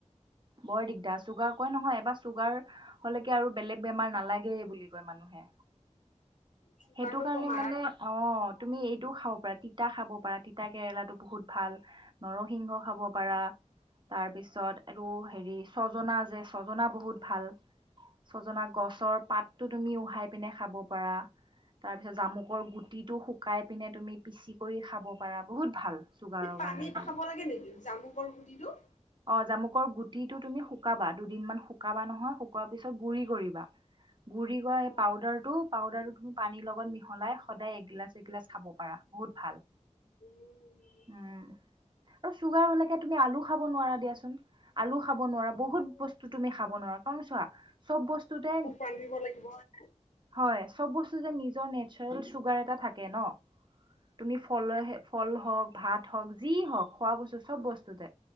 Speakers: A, on the right; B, on the left.
A: বৰ দিগদাৰ চুগাৰ কয় নহয়! এবাৰ চুগাৰ, হ'লেকে আৰু বেলেগ বেমাৰ নালাগেই বুলি কয় মানুহে।
B: চুগাৰটো
A: সেইটোকাৰণে
B: বৰ মাৰা
A: মানে, অ' তুমি এইটো খাৱ ৰাতি তিতা খাব পাৰা তিতা কেৰেলাটো। বহুত ভাল। নৰসিংহ খাব পাৰা। তাৰপিছত আৰু হেৰি ছজনা যে, ছজনা বহুত ভাল। ছজনা গছৰ পাতটো তুমি উহাই পিনে খাব পাৰা। তাৰপিছত জামুকৰ গুটিটো শু শুকাই পিনে তুমি পিচি কৰি খাব পাৰা, বহুত ভাল। চুগাৰৰ
B: সি পানীত
A: কাৰণে এইবিলাক।
B: খাব লাগে নেকি! জামুকৰ গুটিটো।
A: অ' জামুকৰ গুটিটো তুমি শুকাবা। দুদিনমান শুকাবা নহয় শুকুৱা তাৰপিছত গুড়ি কৰিবা, গুড়ি কৰা এই
B: অ',
A: পাউদাৰটো, পাউদাৰ। পানীৰ লগত মিহলাই সদায় এগিলাচ-এগিলাচ। খাব পাৰা, বহুত ভাল।
B: উম,
A: উম। আৰু চুগাৰ হ'লেকে তুমি আলু খাব নোৱাৰা দিয়াচোন, আলু খাব নোৱাৰা, বহুত
B: অ',
A: বস্তু তুমি খাব নোৱাৰা। কাৰণ চোৱা। চব বস্তুতে,
B: মোক ৰান্ধিব লাগিব হয়।
A: হয়, চব বস্তু যে নি। নেচাৰেল চুগাৰ এটা থাকে ন! তুমি ফলেহে, ফল হওক। ভাত হওক, যি হওক, খোৱা বস্তু চব বস্তুতে।